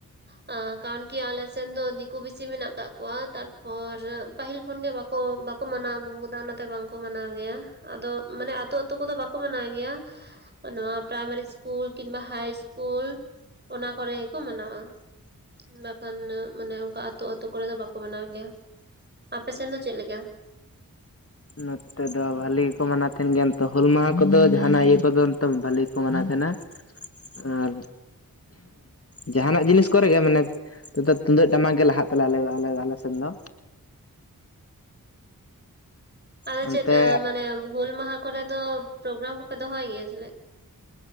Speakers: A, on the right (about 30°); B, on the left (about 40°).
A: <inaudible> ᱟᱸ ᱠᱟᱱ ᱠᱤ ᱟᱞᱮ ᱥᱮᱱ ᱫᱚ ᱫᱤᱠᱩ ᱵᱤᱥᱤ ᱢᱮᱱᱟᱜ ᱠᱟᱜ ᱠᱚᱣᱟ ᱛᱟᱨᱯᱚᱨᱼᱼ ᱯᱟᱹᱦᱤᱞ ᱠᱷᱚᱱ ᱜᱮ ᱵᱟᱠᱚ ᱵᱟᱠᱚ ᱢᱟᱱᱟᱣ ᱟᱹᱜᱩ ᱟᱠᱟᱫᱟ ᱚᱱᱟᱛᱮ ᱵᱟᱝᱠᱚ ᱢᱟᱱᱟᱣ ᱜᱮᱭᱟ ᱟᱫᱚ ᱢᱟᱱᱮ ᱟᱹᱛᱩ ᱟᱹᱛᱩ ᱠᱚᱫᱚ ᱵᱟᱠᱚ ᱢᱟᱱᱟᱣ ᱜᱮᱭᱟ, ᱜᱮᱭᱟ ᱱᱚᱣᱟ ᱯᱨᱟᱭᱢᱟᱨᱤ ᱤᱥᱠᱩᱞ ᱠᱤᱝᱵᱟ ᱦᱟᱭ ᱤᱥᱠᱩᱞ ᱚᱱᱟ ᱠᱚᱨᱮ, ᱠᱚ ᱢᱟᱱᱟᱣᱟ, ᱵᱟᱠᱷᱟᱱ ᱢᱟᱱᱮ ᱚᱱᱠᱟ ᱟᱹᱛᱩ ᱟᱹᱛᱳ ᱠᱚᱨᱮᱫᱚ ᱵᱟᱠᱚ ᱢᱟᱱᱟᱣ ᱜᱮᱭᱟ ᱟᱯᱮ ᱥᱮᱱ ᱫᱚ ᱪᱮᱫ ᱞᱮᱠᱟ,
B: ᱱᱚᱛᱮ ᱫᱚ ᱵᱷᱟᱹᱞᱤ ᱜᱮᱠᱚ ᱢᱟᱱᱟᱣ ᱛᱟᱦᱮᱱ ᱜᱮᱭᱟ ᱱᱤᱛ ᱦᱩᱞ ᱢᱟᱦᱟ ᱠᱚᱫᱚ ᱡᱟᱦᱟᱱᱟᱜ ᱤᱭᱟᱹ ᱠᱚᱫᱚ ᱱᱤᱛ ᱵᱟᱹᱞᱤ ᱜᱮᱠᱚ ᱢᱟᱱᱟᱣ ᱛᱟᱦᱮᱸᱱᱟ, ᱟᱨ ᱡᱟᱦᱟᱱᱟᱜ ᱡᱤᱱᱤᱥ ᱠᱚᱨᱮ ᱜᱮ ᱢᱟᱱᱮ, ᱛᱚ ᱛᱩᱢᱫᱟᱹᱜ ᱴᱟᱢᱟᱠ ᱜᱮ ᱞᱟᱦᱟᱜ ᱛᱟᱞᱮᱭᱟ ᱟᱞᱮ ᱟᱞᱮ ᱥᱮᱱ ᱫᱚ,
A: ᱦᱚᱸ ᱟᱫᱚ
B: ᱚᱱᱛᱮ
A: ᱪᱮᱫ ᱢᱟᱱᱮ ᱦᱩᱞ ᱢᱟᱦᱟ, ᱠᱚᱨᱮᱫᱚ ᱯᱨᱳᱜᱨᱟᱢ ᱠᱚᱯᱮ ᱫᱚᱦᱚᱭ ᱜᱮᱭᱟ ᱡᱚᱞᱮ,